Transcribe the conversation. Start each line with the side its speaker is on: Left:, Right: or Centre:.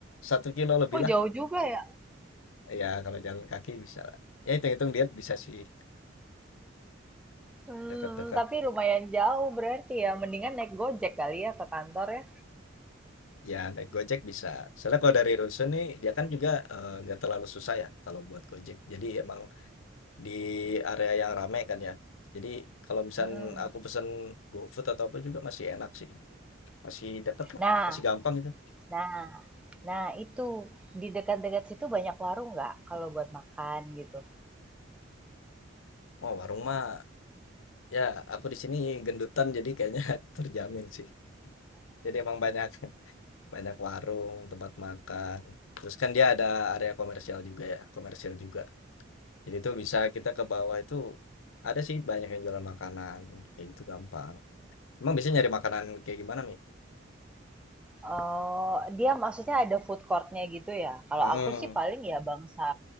Left: satu kilo lebih
Centre: oh jauh
Left: lah,
Centre: juga ya.
Left: ya kalau jalan kaki bisa lah. Ya hitung-hitung diet bisa sih,
Centre: Hmm
Left: dekat-dekat,
Centre: tapi lumayan jauh berarti ya, mendingan naik Gojek kali ya ke kantor ya?
Left: ya naik Gojek bisa. Soalnya kalau dari rusun nih, dia kan juga, eee, nggak terlalu susah ya kalau buat Gojek. Jadi emang di area yang ramai kan ya. Jadi kalau misal
Centre: Mhm.
Left: aku pesen GoFood atau apa juga masih enak sih. Masih deket
Centre: Nah
Left: lah masih gampang itu.
Centre: nah nah itu, di dekat-dekat situ banyak warung nggak kalau buat makan gitu?
Left: Oh, warung mah ya aku di sini gendutan jadi kayaknya <laughs> terjamin sih. Jadi emang banyak <laughs> banyak warung, tempat makan. Terus kan dia ada area komersial juga ya, komersial juga. Jadi itu bisa kita ke bawah itu ada sih banyak yang jualan makanan kayak gitu gampang. Emang biasanya nyari makanan kayak gimana, Mi?
Centre: Oh, dia maksudnya ada food courtnya gitu ya? Kalau
Left: Hmm.
Centre: aku sih paling ya bangsa,